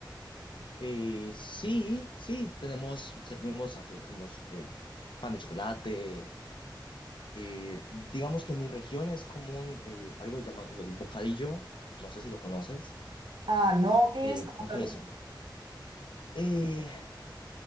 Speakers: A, on the left; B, on the right.
A: Eh, sí, sí, tenemos, servimos, hace- hacemos eh, pan de chocolate. eh, digamos que en mi región es común eh, algo llamado el bocadillo, no sé si lo conoces,
B: Ah, no, ¿qué
A: eh,
B: es? Como
A: con
B: que-
A: queso. Eh,